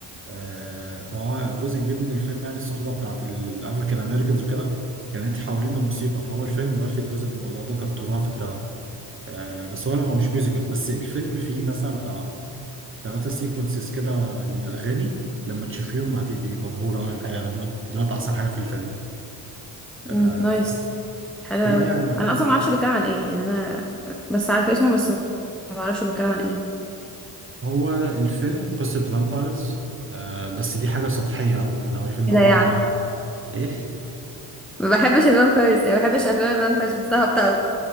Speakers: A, on the right; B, in the centre.
A: آه، فهو جزء كبير من الفيلم يعني الصحبه بتاعت الافريكان امريكانز وكده كانت حوالين الموسيقى فهو الفيلم واخد جزء من الموضوع ده كالتراث بتاعه آه، بس هو لا هو مش ميوزيكال بس الفيلم فيه مثلا بتاع ثلاثة سيكونسز كده لأغاني لما تشوفيهم هتبقي مبهورة أوي الحقيقة يعني دولت دولت أحسن حاجة في الفيلم
B: مم،
A: آه،
B: نايس حلو
A: فلا
B: قوي
A: يعني
B: انا اصلا ما اعرفش
A: آه،
B: بيتكلم عن ايه يعني انا بس عارفه اسمه بس ما اعرفش بيتكلم عن ايه
A: هو الفيلم قصة فامبايرز آه، بس دي حاجة سطحية أوي يعني هو الفيلم
B: كده
A: عبارة
B: يعني
A: عن آه إيه؟
B: ما بحبش الفامبيرز يعني ما بحبش افلام الفامبيرز بحسها هابطه قوي